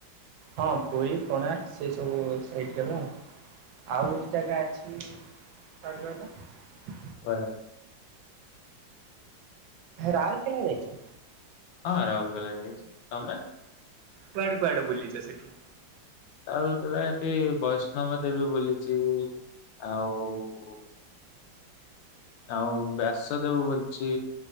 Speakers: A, on the right; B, on the left.
A: ହଁ ପୁରୀ ପଣା ସେ ସବୁ ସେଇଠି ର ପା। ଆଉ ଗୋଟେ ଜାଗା ଅଛି। <unintelligible>
B: <unintelligible>
A: ରାଉଲକେଲା ଯାଇଛ।
B: ହଁ ରାଉଲକେଲା ଯାଇଛି ତମେ।
A: କୁଆଡେ କୁଆଡେ ବୁଲିଛ ସେଠି।
B: ଆଉ ଏଠି ବୈଷ୍ଣବ ଦେବୀ ବୁଲିଛି ଆଉ। ଆଉ ବ୍ୟାସଦେବ ବୁଲିଛି।